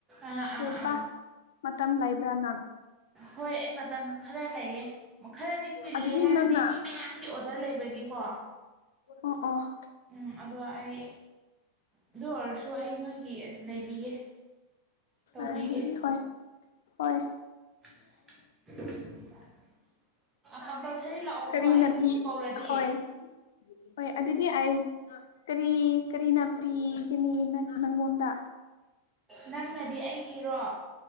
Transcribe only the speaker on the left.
ꯁꯦꯠꯄ
ꯃꯇꯝ ꯂꯩꯕ꯭ꯔꯥ ꯅꯪ
ꯑꯗꯨꯗꯤ
ꯅꯪꯅ
ꯑ ꯑ
ꯍ ꯍ ꯍꯣꯏ
ꯀꯔꯤ
ꯅꯥꯄꯤ
ꯍꯣꯏ ꯍꯣꯏ ꯑꯗꯨꯗꯤ ꯑꯩ ꯀꯔꯤ ꯀꯔꯤꯅꯅꯥ ꯄꯤꯒꯅꯤꯅ ꯅꯪꯉꯣꯟꯗ